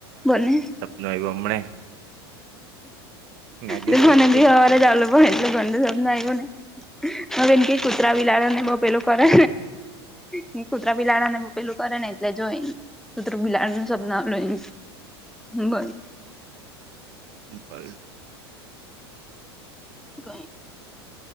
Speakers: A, in the centre; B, on the right.
A: બોલને.
B: નવી બમ્બૈય. નાગેશ્વર
A: તો મને
B: ગયો
A: ભી
B: તો.
A: હવારે આલ લોકો એટલું ગંદુ સપનો આઈવો ને. હા બેન કે કૂતરા બી લડડા ને બઉ પેલું કરે ને કૂતરા બીલાડા ને પેલું કરે ને એટલે જોયન કુતરુ બિલાડું નું સપના લઈ બ
B: પલટ
A: ક